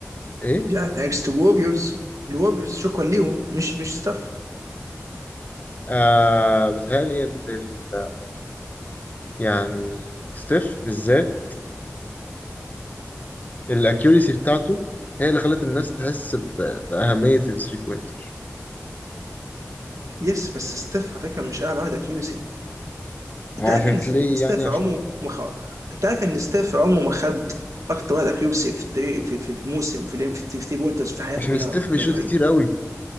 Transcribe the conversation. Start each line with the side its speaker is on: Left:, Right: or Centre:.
Left: ايه
Right: يا ثانكس تو ووريرز الووريرز شكرا ليهم مش مش ستاف
Left: آه بيتهيألي ان ال... يعني ستيف بالذات الاكيوريسي بتاعته هي اللي خلت الناس تحس ب- بأهمية الثري بوينت
Right: يس بس ستاف على فكره مش اعلى واحد اكيوسي
Left: عشان
Right: انت عارف ان
Left: كلي
Right: ستاف
Left: يعني عشان
Right: عمره ما خ... انت عارف ان ستاف عمره ما خد اكتر واحد اكيوسي في التاريخ في, في, في موسم في الام في 3 بوينترز في حياته
Left: عشان
Right: كلها
Left: ستيف بيشوط
Right: باي ذا واي
Left: كتير قوي